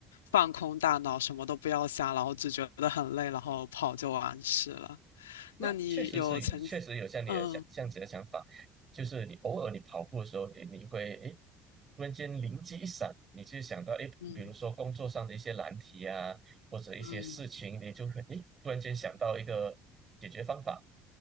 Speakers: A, on the left (about 80°); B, on the right (about 35°).
A: 放空大脑，什么都不要想，然后只觉得很累，然后跑就完事了。
B: 那确实是有，
A: 那你有曾，
B: 确实有像你的想这样子的想法，
A: 嗯
B: 就是你偶尔你跑步的时候，诶你会诶，突然间灵机一闪，你就想到诶，
A: 嗯
B: 比如说工作上的一些难题啊，或者一些事情，
A: 嗯
B: 你就会诶，突然间想到一个解决方法。